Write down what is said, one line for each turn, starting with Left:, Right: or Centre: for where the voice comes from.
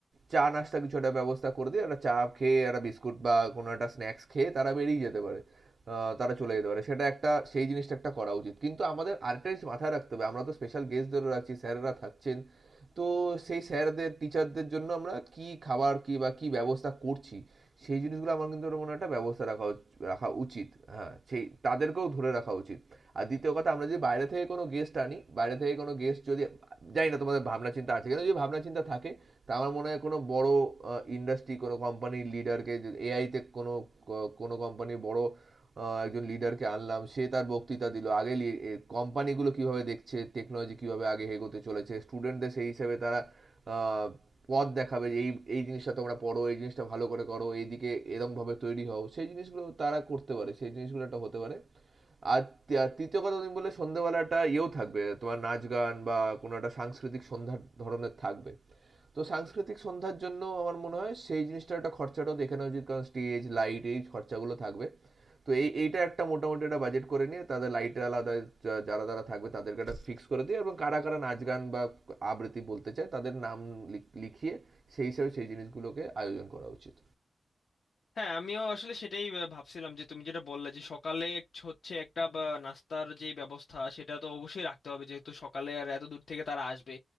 Right: চা নাস্তা কিছু একটা ব্যবস্থা করে দিয়ে একটা চা খেয়ে একটা বিস্কুট বা কোনো একটা স্ন্যাক্স খেয়ে তারা বেরিয়ে যেতে পারে আহ, তারা চলে যেতে পারে সেটা একটা সেই জিনিসটা একটা করা উচিত কিন্তু আমাদের আরেকটা জিনিস মাথায় রাখতে হবে আমরা তো স্পেশাল গেস্টদেরও রাখছি স্যারেরা থাকছেন তো সেই স্যারদের টিচারদের জন্য আমরা কি খাবার কি বা কি ব্যবস্থা করছি সেই জিনিসগুলো আমার কিন্তু ওটা মনে হয় একটা ব্যবস্থা রাখা উচ- রাখা উচিত হ্যাঁ সেই তাদেরকেও ধরে রাখা উচিত আর দ্বিতীয় কথা আমরা যদি বাইরে থেকে কোনো গেস্ট আনি বাইরে থেকে কোনো গেস্ট যদি জানি না তোমাদের ভাবনা চিন্তা আছে কিন্তু যদি ভাবনা চিন্তা থাকে তা আমার মনে হয় কোনো বড় ইন্ডাস্ট্রি কোনো কোম্পানির লিডারকে এআইতে কোনো ক- কোনো কোম্পানির বড় আহ, একজন লিডারকে আনলাম সে তার বক্তৃতা দিল আগে কোম্পানিগুলো কিভাবে দেখছে টেকনোলজি কিভাবে আগে এগোতে চলেছে স্টুডেন্টদের সেই হিসেবে তারা আহ, পথ দেখাবে যে এই এই জিনিসটা তোমরা পড়ো এই জিনিসটা ভালো করে করো এইদিকে এরমভাবে তৈরি হও সেই জিনিসগুলো তারা করতে পারে সেই জিনিসগুলো একটা হতে পারে আর তি- আর তৃতীয় কথা তুমি বললে সন্ধ্যেবেলা একটা ইয়েও থাকবে তোমার নাচ গান বা কোনো একটা সাংস্কৃতিক সন্ধ্যার ধরনের থাকবে তো সাংস্কৃতিক সন্ধ্যার জন্য আমার মনে হয় সেই জিনিসটার একটা খরচাটাও দেখে নেওয়া উচিত কারণ স্টেজ লাইট এই খরচাগুলো থাকবে তো এই এইটা একটা মোটামুটি একটা বাজেট করে নিয়ে তাদের লাইটের আলাদা যা- যারা যারা থাকবে তাদেরকে একটা ফিক্স করে দিয়ে এবং কারা কারা নাচ গান বা আবৃত্তি বলতে চায় তাদের নাম লিখ- লিখিয়ে সেই হিসাবে সেই জিনিসগুলোকে আয়োজন করা উচিত
Left: হ্যাঁ আমিও আসলে সেটাই আহ, ভাবছিলাম যে তুমি যেটা বললে যে সকালে ছ- হচ্ছে একটা বা, নাস্তার যে ব্যবস্থা সেটা তো অবশ্যই রাখতে হবে যেহেতু সকালে আর এত দূর থেকে তারা আসবে